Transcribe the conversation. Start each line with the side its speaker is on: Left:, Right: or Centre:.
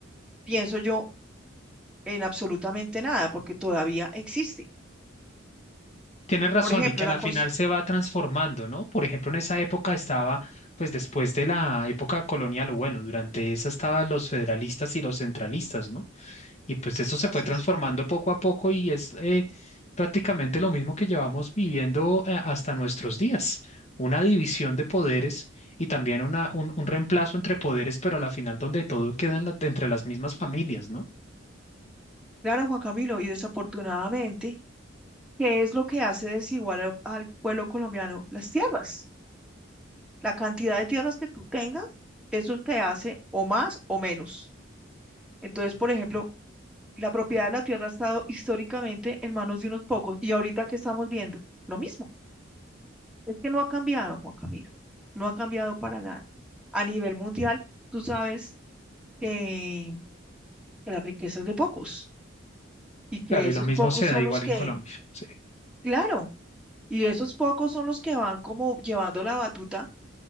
Centre: pienso yo, en absolutamente nada, porque todavía existe.
Left: Tienes razón
Centre: Por ejemplo,
Left: y que a
Centre: la
Left: la
Centre: cosa,
Left: final se va transformando, ¿no? Por ejemplo, en esa época estaba, pues después de la época colonial, o bueno, durante esa estaban los federalistas y los centralistas, ¿no? Y pues eso se
Centre: así
Left: fue transformando
Centre: es.
Left: poco a poco y es eh, prácticamente lo mismo que llevamos viviendo eh, hasta nuestros días. Una división de poderes y también una, un, un reemplazo entre poderes, pero a la final donde todo queda en la- entre las mismas familias, ¿no?
Centre: Claro, Juan Camilo, y desafortunadamente, ¿qué es lo que hace desigual al al pueblo colombiano? Las tierras. La cantidad de tierras que tú tengas, eso te hace o más o menos. Entonces, por ejemplo, la propiedad de la tierra ha estado históricamente en manos de unos pocos y ahorita que estamos viendo, lo mismo. Es que no ha cambiado, Juan Camilo. No ha cambiado para nada. A nivel mundial, tú sabes que, que la riqueza es de pocos y que
Left: Claro, y
Centre: esos
Left: lo mismo
Centre: pocos
Left: se
Centre: son
Left: da igual
Centre: los que,
Left: en Colombia. sí.
Centre: claro, y esos pocos son los que van como llevando la batuta